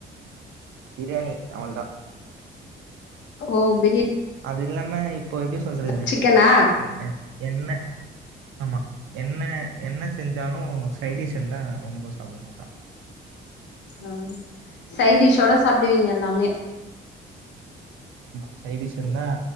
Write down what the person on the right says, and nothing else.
பிரியாணி அவளதா
அது இல்லாம இப்போ எப்டி சொல்றது
இல்ல என்ன ஆமா என்ன என்ன செஞ்சாலு சைடிஷ் இருந்தா ரொம்ப சாப்டுவே அவ்ளதா
ஆமா சைடிஷ் இருந்தா